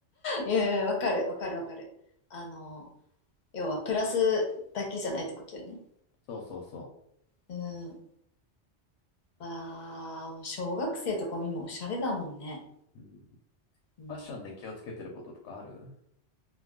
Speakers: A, on the left (about 45°); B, on the left (about 85°).
A: いやいや、わかるわかるわかる。あの、要はプラスだけじゃないってことよね。
B: そうそうそ
A: うん。わあ、もう小学生とかも今おしゃれだもんね。
B: う。うん。フ
A: うん。
B: ァッションで気をつけてることとかある